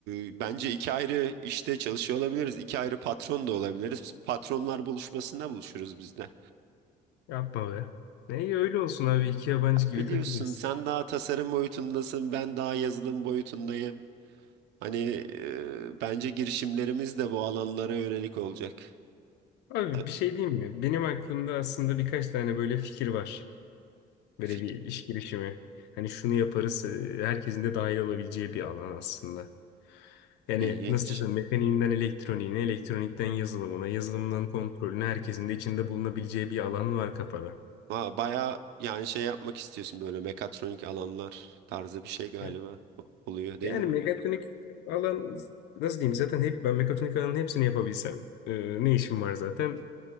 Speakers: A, on the right; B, on the left.
A: e, bence iki ayrı işte çalışıyor olabiliriz. iki ayrı patron da olabiliriz. Patronlar buluşmasında buluşuruz biz de.
B: yapma be. Ne iyi öyle olsun abi iki yabancı gibi
A: Biliyorsun
B: takılırız.
A: sen daha tasarım boyutundasın, ben daha yazılım boyutundayım. Hani e, bence girişimlerimiz de bu alanlara yönelik olacak.
B: Abi
A: E,
B: bir şey diyeyim mi? Benim aklımda aslında birkaç tane böyle fikir var. Böyle
A: fik-
B: bir iş girişimi. Hani şunu yaparız, e, herkesin de dahil olabileceği bir alan aslında. Yani
A: İlginç.
B: nasıl diyeyim sana, mekaniğinden elektroniğine, elektronikten yazılımına, yazılımdan kontrolüne herkesin de içinde bulunabileceği bir alan var kafada.
A: Aa, bayağı yani şey yapmak istiyorsun böyle mekatronik alanlar tarzı bir şey galiba
B: Evet.
A: oluyor değil
B: Yani
A: mi?
B: mekatronik alan nasıl diyeyim zaten hep ben mekatronik alanın hepsini yapabilsem e, ne işim var zaten?